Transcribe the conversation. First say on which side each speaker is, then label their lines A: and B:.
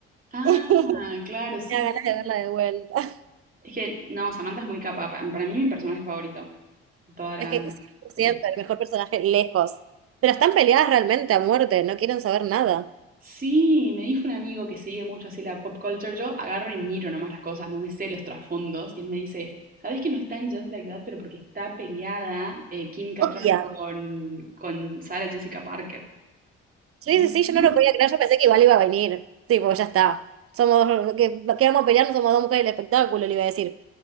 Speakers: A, on the right; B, on the right.
A: <laughs>
B: Ah,
A: Me
B: claro, sí,
A: da
B: sí.
A: ganas de
B: sí.
A: verla de vuelta.
B: Es que, no, Samantha es muy capa. pa- Para mí mi personaje favorito de toda la
A: Es que 100%,
B: serie.
A: el mejor personaje lejos. Pero están peleadas realmente a muerte, no quieren saber nada.
B: Sí, me dijo un amigo que sigue mucho así la pop culture. Yo agarro y miro nomás las cosas, no me sé los trasfondos. Y él me dice, ¿sabes que no está en Just Like That? Pero porque está peleada eh, Kim Cattrall
A: odia
B: con, con Sarah Jessica Parker.
A: Sí,
B: Y yo,
A: sí, sí,
B: ¿no?
A: yo no lo podía creer, yo pensé que igual iba a venir. Tipo, ya está. Somos dos, que, que vamos a pelear, no somos dos mujeres del espectáculo, le iba a decir.